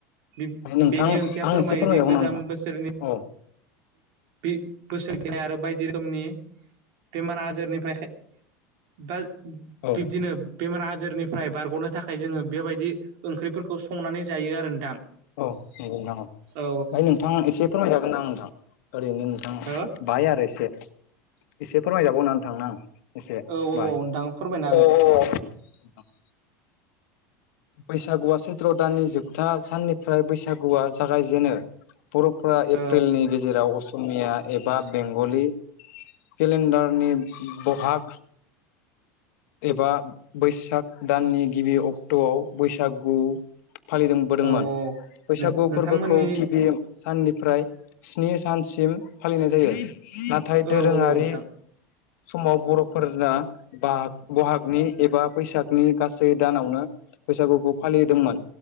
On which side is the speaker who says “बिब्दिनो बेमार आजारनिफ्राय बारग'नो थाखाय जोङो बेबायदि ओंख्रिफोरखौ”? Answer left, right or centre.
Right